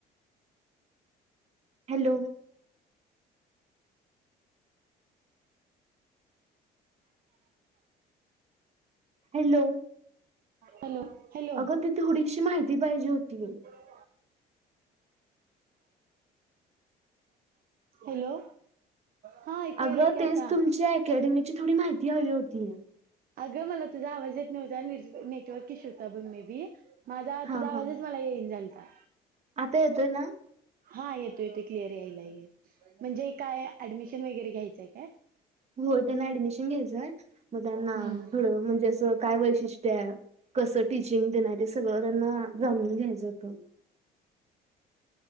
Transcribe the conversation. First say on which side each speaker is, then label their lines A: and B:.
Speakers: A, on the right; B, on the right.
A: हॅलो. हॅलो.
B: Hello hello.
A: अगं ती थोडीशी माहिती पाहिजे होती.
B: <unintelligible> हॅलो हा ऐकू
A: अगं
B: यायले की
A: तेच
B: आता.
A: तुमच्या अकॅडमीची थोडी माहिती हवी होती.
B: अगं मला तुझा आवाज येत नव्हता आणि <unintelligible> नेटवर्क इश्यू होता बघ मे बी माझा
A: हा
B: तुझ्या आवाजच
A: हा
B: मला येई न झालता.
A: आता येतोय ना
B: हा येतो येतो क्लिअर यायलाय गे म्हणजे काय ऍडमिशन वगैरे घ्यायचंय काय?
A: हो त्यांना ऍडमिशन घ्यायचं. म त्यांना
B: हम्म
A: थोड म्हणजे असं काय वैशिष्ट्य हाय कसं टीचिंग तेन आहे ते सगळं त्यांना जाणून घ्यायचं होतं.